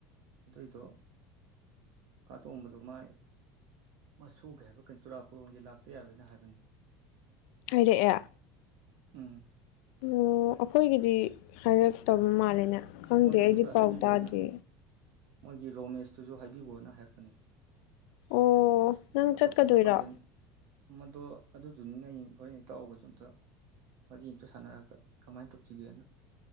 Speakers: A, on the right; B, on the left.
A: ꯑꯗꯨꯏꯗꯣ ꯀꯥ ꯇꯣꯝꯕꯗꯣ ꯃꯥꯏ ꯃꯁꯨꯒꯤ ꯍꯥꯏꯕ ꯀ ꯆꯨꯔꯥꯀꯣꯔꯣꯟꯒꯤ ꯂꯥꯛꯇ ꯌꯥꯔꯣꯏꯅ ꯍꯥꯏꯕꯅꯤ
B: ꯍꯥꯏꯔꯛꯑꯦ
A: ꯎꯝ
B: ꯑꯣ ꯑꯩꯈꯣꯏꯒꯤꯗꯤ ꯍꯥꯏꯔꯛꯇꯕ ꯃꯥꯜꯂꯦꯅꯦ ꯈꯪꯗꯦ
A: ꯑꯩꯉꯣꯟꯗꯁꯨ
B: ꯑꯩꯗꯤ
A: ꯈꯔ
B: ꯄꯥꯎ
A: ꯍꯥꯏꯕꯤꯈꯣꯅ
B: ꯇꯥꯗ꯭ꯦ
A: ꯃꯣꯏꯒꯤ ꯔꯣꯃꯦꯁꯇꯨꯁꯨ ꯍꯥꯏꯕꯤꯒꫭꯅ ꯍꯥꯏꯔꯛꯄꯅꯤ
B: ꯑꯣ ꯅꯪ
A: ꯊꯕꯛꯁ‌ꯦ
B: ꯆꯠꯀꯗꯣꯏꯔꯣ
A: ꯑꯃꯨꯛ ꯐꯥꯡꯖꯟ ꯃꯗꯣ ꯑꯗꯨꯗꯨꯅꯤꯅꯦ ꯑꯩ ꯍꯣꯔꯦꯟ ꯏꯇꯥꯎꯒꯁꯨ ꯑꯝꯇ ꯋꯥꯔꯤ ꯑꯝꯇ ꯁꯥꯟꯅꯔꯒ ꯀꯃꯥꯏꯅ ꯇꯧꯁꯤꯒꯦꯅ